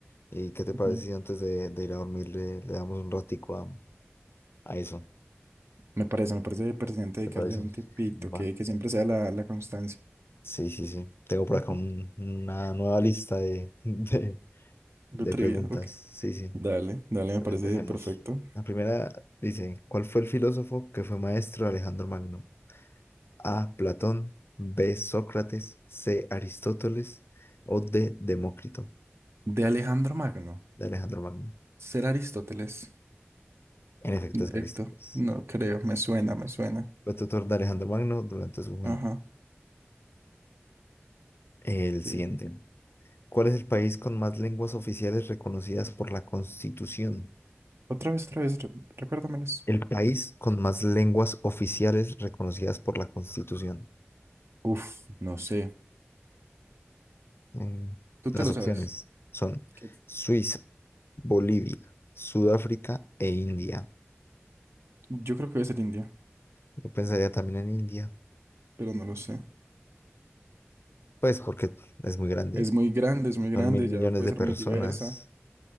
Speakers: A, on the left (about 60°); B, on the right (about 70°).
A: ¿Y qué te
B: Ujú.
A: parece si antes de, de ir a dormir le, le damos un ratico a, a eso?
B: Me parece, me parece pertinente dedicarle
A: ¿Te parece?
B: un tiempito,
A: Va.
B: que, que siempre sea la, la constancia.
A: Sí, sí, sí. Tengo por
B: Ujú.
A: acá un- una nueva lista de, <laughs> de,
B: De
A: de
B: trivia,
A: preguntas.
B: ok.
A: Sí, sí.
B: Dale, dale, me
A: Pues
B: parece
A: empecemos.
B: perfecto.
A: La primera dice, ¿cuál fue el filósofo que fue maestro de Alejandro Magno? A. Platón, B. Sócrates, C. Aristóteles o D. Demócrito
B: De Alejandro Magno,
A: de Alejandro Magno.
B: ser Aristóteles.
A: En efecto,
B: Directo,
A: es Aristóteles.
B: no creo, me suena, me suena.
A: Fue tutor de Alejandro Magno durante su juventud.
B: Ajá.
A: El siguiente.
B: Ok.
A: ¿Cuál es el país con más lenguas oficiales reconocidas por la Constitución?
B: Otra vez, otra vez, re- recuérdamelas.
A: El país con más lenguas oficiales reconocidas por la Constitución.
B: Uf, no sé.
A: Mm,
B: Tú
A: Las
B: te lo
A: opciones
B: sabes.
A: son
B: ¿Qué?
A: Suiza, Bolivia, Sudáfrica e India.
B: Yo creo que debe ser India,
A: Yo pensaría también en India.
B: pero no lo sé.
A: Pues porque es muy grande.
B: Es muy grande, es muy grande,
A: Son mil millones
B: ya puede
A: de
B: ser
A: personas.
B: muy diversa.